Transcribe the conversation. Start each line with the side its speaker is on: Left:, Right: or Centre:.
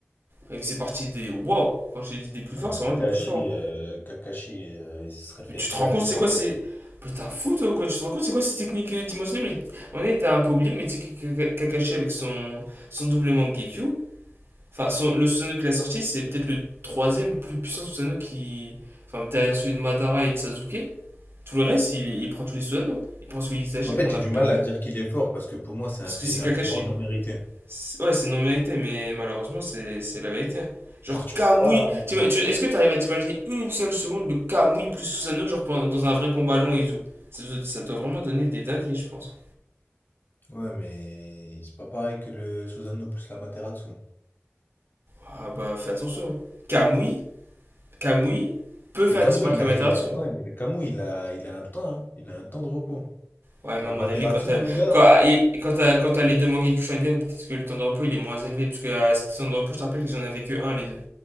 Right: il faisait partie des waouh, quand je te dis des plus
Left: Non,
Right: forts, c'est
Left: Kakashi,
Right: vraiment des plus forts.
Left: euh, Kakashi euh, il se serait fait
Right: Mais tu
Left: éclater
Right: te rends compte, c'est
Left: par.
Right: quoi c'est.
Left: euh,
Right: Putain, fou toi, quoi. Tu te rends compte, c'est quoi ces techniques euh, dimensionnelles mais... On était un peu oublié, mais tu Kakashi avec son, son double Mangekyu. Enfin, son... le Susanoo qu'il a sorti, c'est peut-être le troisième plus puissant Susanoo qui. Enfin, derrière celui de Madara et de Sasuke. Tout le reste, il, il prend tous les Susanoo. Il prend celui d'Itachi,
Left: En fait,
Right: il prend
Left: j'ai
Right: n'importe
Left: du mal
Right: lequel.
Left: à dire qu'il est fort parce que pour moi, c'est un,
Right: Parce
Left: pi-
Right: que c'est
Left: un
Right: Kakashi.
Left: pouvoir non mérité.
Right: Ouais, c'est non mérité, mais malheureusement, c'est c'est la vérité. Genre,
Left: Genre, tu
Right: Kamui.
Left: peux pas.
Right: t'ima- tu- Est-ce que tu arrives à t'imaginer une seule seconde de Kamui plus Susanoo, genre pendant- dans un vrai combat long et tout? Ça, doit- ça doit vraiment donner des dingueries, je pense.
Left: Ouais, mais c'est pas pareil que le Susano plus la Materazzo.
Right: Ah bah, fais attention. hein. Kamui, Kamui peut faire
Left: Mais Camus,
Right: disparaître
Left: il
Right: la
Left: a,
Right: Materasu.
Left: il a- ouais, mais le Camus, il a, il a un temps, hein. Il a un temps de repos.
Right: Ouais, mais
Left: La
Right: à mon
Left: Materazzo,
Right: avis, quand t'as
Left: mon gars.
Right: quand, et- quand t'as- quand t'as les deux mangas Kyokushingen, peut-être que le temps de repos il est moins élevé, puisque à ce temps de repos, je te rappelle qu'ils en avaient que un, les deux.